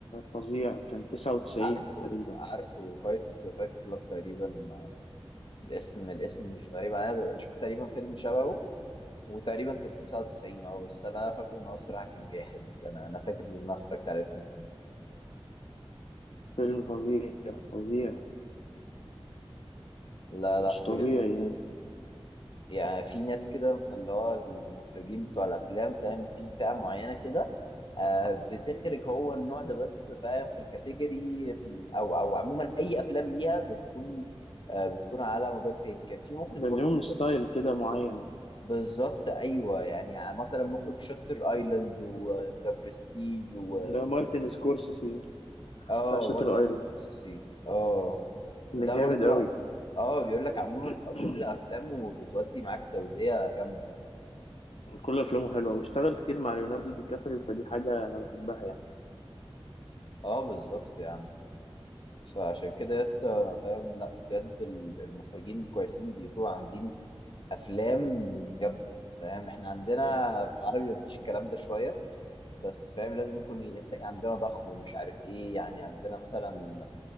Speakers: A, on the left; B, on the left.
A: فظيع كان تسعة وتسعين
B: عارفه
A: تقريبا
B: عارفه فايت فايت كلاب تقريبا الاسم الاسم مش غريب عليا انا شفت تقريبا فيلم شبهه وتقريبا كان 99 اه بس انا فاكر ان هو الصراحه كان جاحد انا انا فاكر ان انا اتفرجت على اسم الفيلم
A: فيلم فظيع فظيع
B: لا
A: مش
B: لا بجد
A: طبيعي يعني
B: يعني في ناس كده من اللي هو المخرجين بتوع الافلام فاهم في فئه معينه كده آه بتخرج هو النوع ده بس فاهم في الكاتيجوري في ال- او او عموما اي افلام ليها بتكون آه بتكون على مدار تاني كان في مخرج
A: ده
B: برضه
A: ليهم ستايل كده معين
B: بالظبط ايوه يعني ع- مثلا مخرج شاتر ايلاند وذا برستيج و
A: ده مارتن سكورسيزي
B: اه
A: بتاع شاتر
B: مارتن
A: ايلاند
B: سكورسيزي اه ده
A: ده جامد
B: برضو
A: قوي
B: اه بيقول لك عموما
A: <clears throat>
B: كل افلامه بتودي معاك توديه جامده
A: كل افلامه حلوه واشتغل كتير مع ليوناردو دي كابريو فدي حاجه انا بحبها يعني
B: اه بالظبط يا عم فعشان كده يا اسطى انا فاهم لا بجد ال- المخرجين الكويسين بيكونوا عاملين افلام جامده فاهم احنا عندنا في العربي مفيش الكلام ده شويه بس فاهم لازم يكون الانتاج عندنا ضخم ومش عارف ايه يعني عندنا مثلا